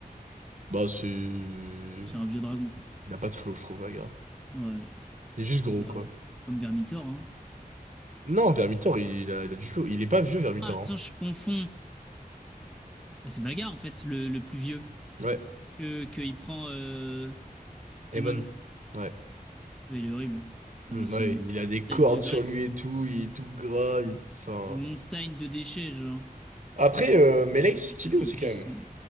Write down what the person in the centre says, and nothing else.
C'est un vieux dragon, quoi.
Ouais.
Bah,
comme Vermitor, hein.
Ah, attends,
je confonds. Bah, C'est Bagarre, en fait, le, le plus vieux.
Que, que il prend euh,
Emon.
Ouais, il est horrible. Il-
C'est
une,
c'est
une montagne
de graisse.
C'est une montagne de déchets, genre.
Il
est tellement
puissant.